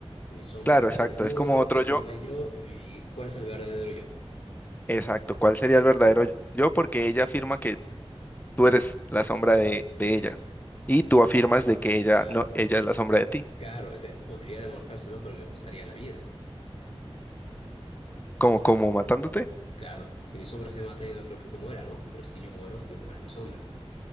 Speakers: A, on the left; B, on the left.
A: Mi sombra
B: Claro,
A: sale
B: exacto,
A: del muro,
B: es como otro
A: se vuelve
B: yo.
A: yo, ¿y cuál es el verdadero yo?
B: Exacto, ¿cuál sería el verdadero yo? Porque ella afirma que tú eres la sombra de, de ella y tú afirmas de que ella
A: Ah,
B: no, ella es la sombra de ti,
A: claro, o sea, podría demostrárselo, pero me costaría la vida.
B: como como matándote.
A: Claro, si mi sombra se mata, yo no creo que, que muera, ¿no? Pero si yo muero, sí muere mi sombra.